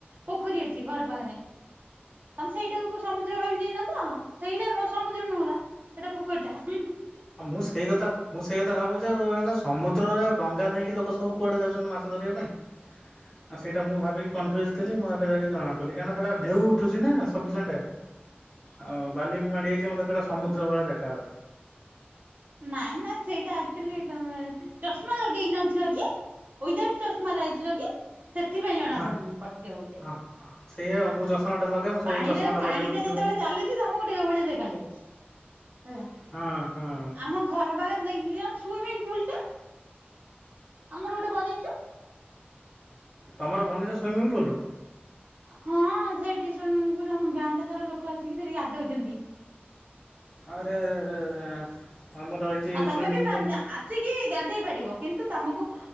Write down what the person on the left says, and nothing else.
ଆଉ ମୁଁ ସେଇ କଥା ମୁଁ ସେଇ କଥା ଭାବୁଛି ଯେ ଏଟା ସମୁଦ୍ରରେ ଆଉ ଡଙ୍ଗା ଦେଇକି ଲୋକ ସବୁ କୁଆଡ଼େ ଯାଉଛନ୍ତି ମାଛ ଧରିବା ପାଇଁ। ଆ ସେଇଟା ମୁଁ ଭାବିକି କନଫିଉଜ୍ ଥିଲ ମୁଁ ଏବେ ଯାଇକି ଜଣାପଡ଼ି କହିଁକିନା ସେଟା ଢେଉ ଉଠୁଛି ନା ସଫିସିଏଣ୍ଟ୍। ଆଉ ବାଲି ବି ମାଡ଼ିଯାଇଛି ମତେ ସେଟା ସମୁଦ୍ର ଭଳିଆ ଦେଖାଗଲା।
ହଁ।
ହଁ ସେଇଆ ଆଉ ମୁଁ ଚଷ ଟାମାଟ ଲଗେଇ ମୁଁ ସେ
ଚଶମାଟା
ଲଗେଇ ନଥିଲି
ବୋଲି।
ହଁ ହଁ।
ତମର ବନେଇଛ ସୁଇମିଙ୍ଗପୁଲ୍।
ଆରେ ଆରେ ଆରେ ଆମର ଏଠି
ସୁଇମିଂ
ପୁଲ୍